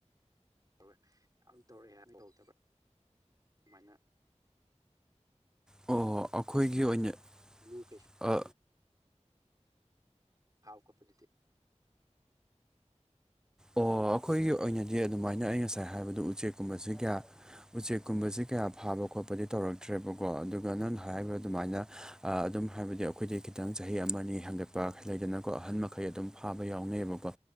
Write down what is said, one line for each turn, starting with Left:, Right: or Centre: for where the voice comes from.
Right: ꯇꯧꯋ ꯌꯥꯝ ꯇꯧꯔꯛꯑꯦ ꯍꯥꯏ ꯊꯣꯛꯣꯛꯇꯕ ꯑꯗꯨꯃꯥꯏꯅ
Centre: ꯑꯣ
Right: ꯑ
Centre: ꯑꯩꯈꯣꯏꯒꯤ ꯑꯣꯏꯅ
Right: ꯂꯨ ꯀꯩꯁ
Centre: ꯑ
Right: ꯍꯥꯎ ꯀꯣꯄ ꯑꯗꯨꯗꯤ
Centre: ꯑꯣ ꯑꯩꯈꯣꯏꯒꯤ ꯑꯣꯏꯅꯗꯤ ꯑꯗꯨꯃꯥꯏꯅ ꯑꯩ ꯉꯁꯥꯏ ꯍꯥꯏꯕꯗ ꯎꯆꯦꯛꯀꯨꯝꯕꯁꯤ ꯀꯌꯥ ꯎꯆꯦꯛꯀꯨꯝꯕꯁꯤ ꯀꯌꯥ ꯐꯥꯕ ꯈꯣꯠꯄꯗꯤ ꯇꯧꯔꯛꯇ꯭ꯔꯦꯕꯀꯣ ꯑꯗꯨꯒ ꯅꯪꯅ ꯍꯥꯏꯔꯤꯕ ꯑꯗꯨꯃꯥꯏꯅ ꯑꯗꯨꯝ ꯍꯥꯏꯕꯗꯤ ꯑꯩꯈꯣꯏꯗꯤ ꯈꯤꯇꯪ ꯆꯍꯤ ꯑꯃꯅꯤ ꯍꯦꯟꯒꯠꯄ ꯂꯩꯗꯅꯀꯣ ꯑꯍꯟ ꯃꯈꯩ ꯑꯗꯨꯝ ꯐꯥꯕ ꯌꯥꯎꯅꯩꯑꯕꯀꯣ